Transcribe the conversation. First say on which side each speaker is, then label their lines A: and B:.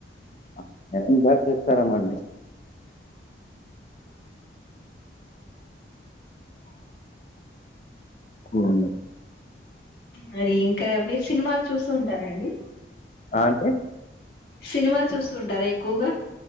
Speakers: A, on the left (about 35°); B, on the left (about 55°).
A: అం ఎ ఉ బట్ చేస్తారామండి హ్మ్
B: మరి ఇంకా మీరు సినిమాలు చూస్తూ ఉంటారండి
A: అంటే
B: సినిమాలు చూస్తుంటారా ఎక్కువగా